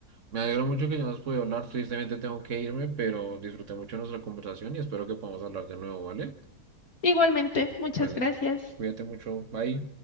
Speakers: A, on the right; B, on the left.
A: Me alegro mucho que ya nos podido hablar. Tristemente tengo que irme, pero disfruté mucho nuestra conversación y espero que podamos hablar de nuevo, ¿vale?
B: Igualmente, muchas
A: Vale.
B: gracias.
A: Cuídate mucho. Bye.